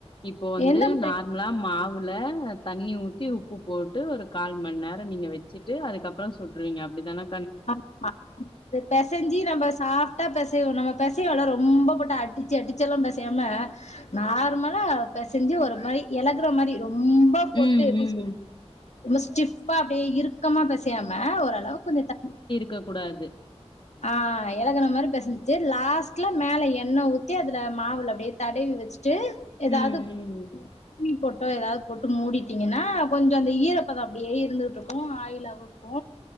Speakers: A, on the left (about 45°); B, on the left (about 85°).
A: இப்போ வந்து
B: எந்த மாரி
A: நார்மலா மா வுல தண்ணி ஊத்தி உப்பு போட்டு ஒரு கால் மண் நேர நீங்க வச்சுட்டு அதுக்கப்ற சுட்ருவீங்க அப்டிதான
B: ஆமா பெசஞ்சி நம்ப சாஃப்டா பெ சைவ நம்ம பெசைவொல ரொம்ப போட்டு அடிச்சு அடிச்சல்லா பெசையாம நார்மலா பெசஞ்சு ஒரு மாரி எலகுற மாரி ரொ ம்ப போட்டு
A: ம்
B: எப்டி
A: ம்
B: சொல் ரொம்ப ஸ்டிஃப்பா அப்டியே இறுக்கமா பெ சயாம ஓரளவுக்கொஞ்ச ட
A: க்க கூடாது
B: ஆ எலகுன மாரி பெசஞ்சுட்டு லாஸ்ட்ல மேல எண்ண ஊத்தி அதுல மாவுல அப்டியே தடவி வச்சு சு எதாவ்து
A: ம் ம்
B: துணி போ ப எதாவ்து போட்டு மூடிட்டிங்கன்னா கொஞ்ச அந்த ஈரப்பதோ அப்டியே இருந்துகிட்ருக்கு ஆயிலாவு இருக்கு